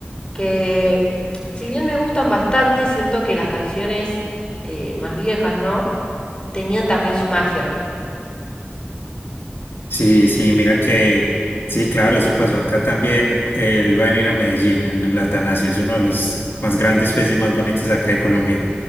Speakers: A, on the left; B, on the left.
A: que si bien me gustan bastante, siento que las canciones eh, más viejas, ¿no? Tenían también su magia.
B: Sí, sí, mira que, sí, claro, eso pasó acá también. Él va a venir a Medellín en el Atanasio, es uno de los más grandes pues, y más bonitos acá de Colombia.